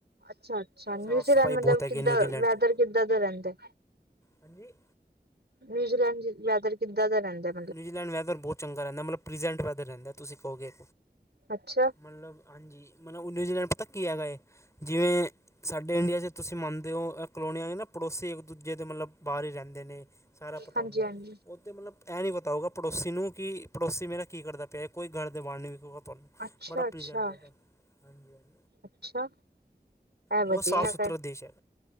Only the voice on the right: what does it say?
ਅੱਛਾ-ਅੱਛਾ, ਨਿਊਜ਼ੀਲੈਂਡ
ਮਤਲਬ
ਕਿੱਦਾਂ
ਵੈਦਰ
ਕਿੱਦਾਂ ਦਾ ਰੈਂਦੈ?
ਨਿਊਜ਼ੀਲੈਂਡ ਵੈਦਰ ਕਿੱਦਾਂ ਦਾ ਰੈਂਦੈ?
ਅੱਛਾ
ਹਾਂਜੀ
ਹਾਂਜੀ
ਅੱਛਾ
ਅੱਛਾ
ਅੱਛਾ ਇਹ
ਵਧੀਆ
ਹੈਗਾ